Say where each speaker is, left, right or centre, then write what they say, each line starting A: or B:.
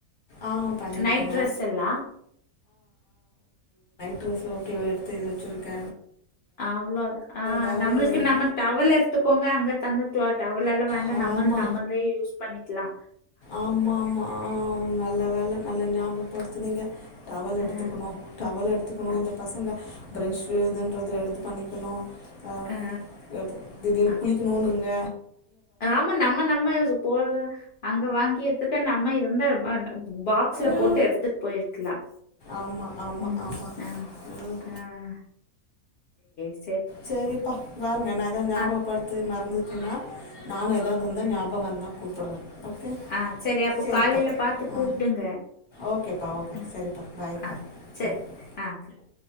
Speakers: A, on the left; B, on the left.
A: ஆஹ் பண்ணிட்டே
B: நைட் ட்ரெஸ் எல்லாம்
A: டிரஸ் ஓகேவா எடுத்தது வெச்சுருக்க
B: அவ்ளோ ஆஹ்
A: வேற
B: நம்மளுக்கு நம்ம டவல்ல எடுத்துக்கோங்க அங்க தந்தது டவென்ல்லெல்லா வேண்டா
A: ஆமா
B: நம்ம நம்மள்தே யூஸ் பண்ணிக்கலா
A: ஆமா ஆமா நல்ல வேல நல்ல ஞாபக படுத்துனீங்க டவல் எடுத்துக்கணு
B: ஆ
A: டவல் எடுத்துக்கணு
B: ஆ
A: இந்த பசங்க பிரஷ் சு இதுன்றது எடுத்து பண்ணிக்கணு ஆஹ்
B: ஆ
A: எடுத் திடீர்னு
B: ஆ
A: குளிக்கணுனுங்க
B: ஆமா நம்ம நம்ம யோசி போ அங்க வாங்கியதுக்கு நம்ம இருந்தா <unintelligible> பாக்ஸ்ல
A: ஆ
B: போட்டு எடுத்துட்டு போயிருக்கலாம்
A: ஆமா ஆமா
B: உம்
A: ஆமா
B: ஆஹ்
A: ம்
B: ஆஹ் சேர்
A: சரிப்பா பாருங்க நான் ஏதாது ஞாபகப்படுத்து
B: ஆ
A: மறந்து சுனா நாம ஏதாது வந்தா ஞாபகம் வந்தா கூப்புட்றே ஓகே
B: ஆஹ் சரி அப்போ
A: சரிப்பா
B: காலேல பாத்து கூப்டுங்க
A: ஆ ஓகேப்பா ஓகே
B: அஹ்
A: சரிப்பா பாய்ப்பா
B: ஆஹ் சரி
A: பாய்
B: ஆஹ்